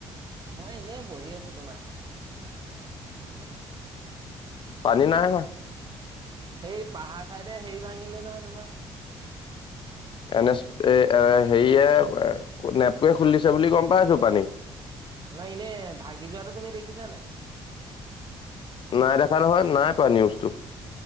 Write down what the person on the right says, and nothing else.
মই এনেই বহি আছোঁ। তোমাৰ ৰুমতে অকলে অকলে।
সেই পাহাৰ ছাইডে হেৰি ভাঙিলে নহয় তোমাৰ?
অ
নাই এনে, ভাগি যোৱাটো তুমি দেখিছা নাই?